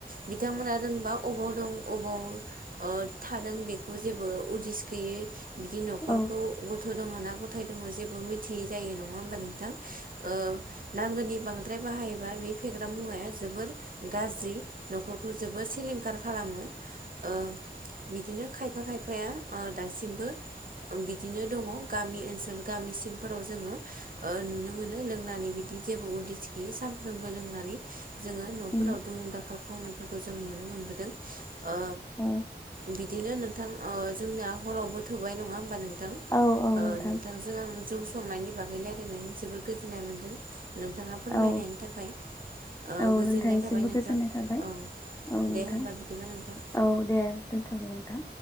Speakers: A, on the right; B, on the left.
A: बिथांमोना रोंबा अबाव दं अबाव ओ थादों बेखौ जेबो उदिस गैयै बिदि न'खरखौ
B: औ औ
A: गथ' दङ ना गथाय दङ जेबो मिथियै जायो नङा होमबा नोंथां ओ नांगौनि बांद्राय बाहायोबा बे फेग्रा मु वाया जोबोर गाज्रि न'खरखौ जोबोर सिलिंखार खालामो ओ बिदिनो खायफा खायफाया दासिमबो बिदिनो दङ गामि ओनसोल गामि सिंफोराव जोङो ओ नुनो मोनो लोंनानै बिदि जेबो उदिस गैयि सानफ्रोमबो लोंनानै जोङो न'फोराव
B: उम
A: दुं दाखाल खालामनायफोरखौ जों नुनो मोनबोदों। ओ
B: औ
A: बिदिनो नोंथां ओ जोंना हरावबो थौबाय नङा होमबा नों थां
B: औ औ नोंथां
A: नोंथांजों आं जौ संनायनि बागै रायलायनानै जोबोर गोजोननाय मोनदों। नोंथाङा फोरमायनायनि
B: औ
A: थाखाय ओ
B: औ
A: गोजोननाय
B: नोंथांनिसिमबो
A: थाबाय नोंथां
B: गोजोननाय थाबाय
A: औ
B: औ नोंथां
A: दे होनबा बिदिबा नोंथां
B: औ दे। दोनथ'बाय नोंथां।